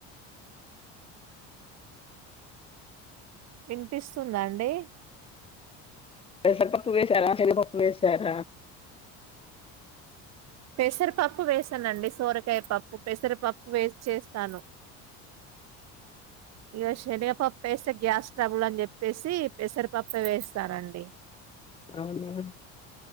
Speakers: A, on the right (about 55°); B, on the left (about 20°).
A: వినిపిస్తుందా అండి.
B: పెసరపప్పు వేసార, శనగ పప్పు వేసార.
A: పెసరపప్పు వేసానండి. సోరకాయ పప్పు పెసరపప్పు వేసి చేస్తాను. ఇగ శనగపప్పు వేస్తే గ్యాస్ ట్రబుల్ అని చెప్పేసి పెసరపప్పే వేస్తానండి.
B: అవునవును.